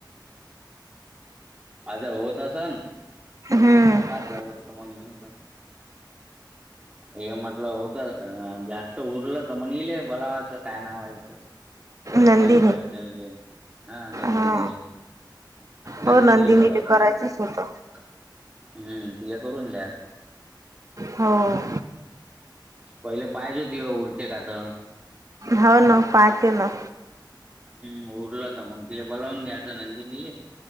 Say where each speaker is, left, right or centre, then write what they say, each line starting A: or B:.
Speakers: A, on the right; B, on the right.
A: हा जरा होता असणं
B: हम्म
A: पास झालो असतो, मग मी, हे, म्हटलं होत. अ जास्त उरलं तर म्हणले <unintelligible> काय नाव हायचं. वैष्णवी,
B: नंदिनी
A: वैष्णवी हा नंदनी,
B: हा
A: नंदनीले
B: हो नंदिनी
A: बोलावता
B: ते करायचंच
A: <unintelligible>
B: होतं
A: हम्म, तिला करून द्या.
B: हम,
A: पहिलं पाहिल होती. उरते काते.
B: हवं ना, पाहते ना,
A: हम्, उरलं तर मग तिला बलावून घ्यायचं, नंदिनी ले.